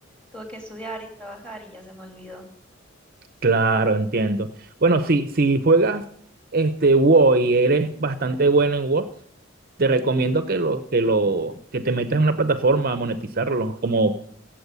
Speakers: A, in the centre; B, on the right.
A: tuve que estudiar y trabajar y ya se me olvidó.
B: claro, entiendo. Bueno, si, si juegas este WoW y eres bastante bueno en WoW, te recomiendo que lo, que lo, que te metas en una plataforma a monetizarlo, como